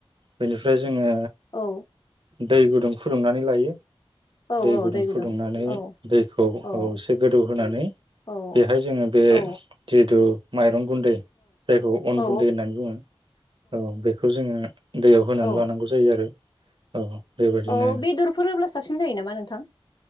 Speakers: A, on the right; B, on the left.
A: बेनिफ्राय जोङो
B: औ
A: दै गुदुं फुदुंनानै लायो
B: औ
A: दै
B: औ
A: गुदुं फुदुंनानै
B: औ
A: दैखौ
B: औ
A: एसे गोदौ होनानै बे
B: औ
A: बेहाय जोङो बे
B: औ
A: जिहेथु माइरं गुन्दै जायखौ अन
B: औ
A: गुन्दै होननानै बुङो औ बेखौ जोङो दैयाव होनानै
B: औ
A: लानांगौ जायो आरो औ बेबायाददिनो
B: औ बेदरफोर होब्ला साबसिन जायो नामा नोंथां